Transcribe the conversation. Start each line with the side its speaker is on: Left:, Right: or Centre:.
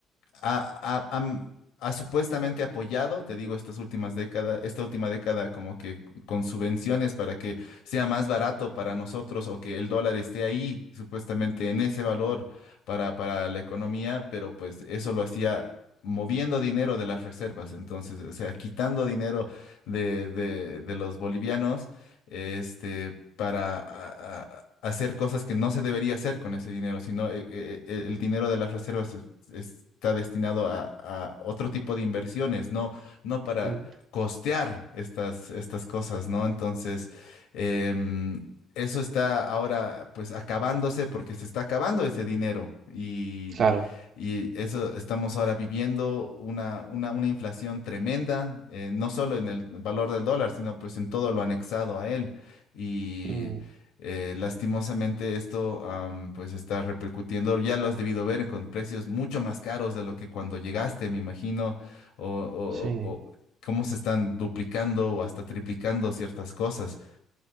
Left: ha, ha- am- ha supuestamente apoyado, te digo, estas últimas décadas, esta última década como que con subvenciones para que sea más barato para nosotros o que el dólar esté ahí, supuestamente en ese valor para, para la economía, pero pues eso lo hacía moviendo dinero de las reservas, entonces, o sea, quitando dinero de, de- de los bolivianos, este, para... a- a- hacer cosas que no se debería hacer con ese dinero, sino eh, eh, eh, el dinero de las reservas está destinado a, a otro tipo de inversiones, no, no para
Right: Mm,
Left: costear estas, estas cosas, ¿no? Entonces, em, eso está ahora pues acabándose porque se está acabando ese dinero y
Right: claro.
Left: y eso estamos ahora viviendo una, una, una inflación tremenda, eh, no solo en el valor del dólar, sino pues en todo lo anexado a él. Y
Right: Mm,
Left: eh, lastimosamente esto am, pues está repercutiendo, ya lo has debido ver con precios mucho más caros de lo que cuando llegaste, me imagino, o, o-
Right: sí,
Left: o- cómo se están duplicando o hasta triplicando ciertas cosas.